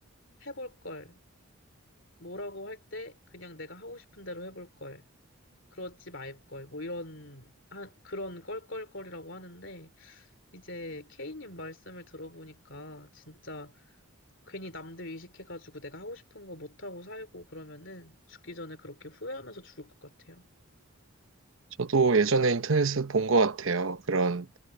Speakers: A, on the left (about 60°); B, on the right (about 65°).
A: 해볼 걸. 뭐라고 할 때 그냥 내가 하고 싶은 대로 해볼 걸. 그러지 말 걸. 뭐 이런, 한, 그런 껄껄껄이라고 하는데, 이제 케이님 말씀을 들어보니까 진짜 괜히 남들 의식해가지고 내가 하고 싶은 거 못하고 살고 그러면은 죽기 전에 그렇게 후회하면서 죽을 것 같아요.
B: 저도 예전에 인터넷에서 본 것 같아요. 그런,